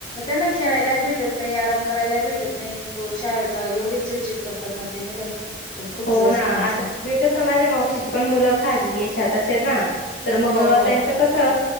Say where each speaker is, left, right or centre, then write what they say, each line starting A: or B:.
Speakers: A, on the left; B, on the left.
A: त्यांना खेळायला भेटत नाही, आराम करायला भेटत नाही, तो शाळेचा एवढीच चिडचिड करतात ना ते मुलं. तर खूप
B: हो
A: जास्त
B: ना
A: असं
B: आता एका समाजा मावशीची पण मुलं खाजगी याच्याात असे आहेत ना! तर मग
A: हो हो
B: त्यांच कस.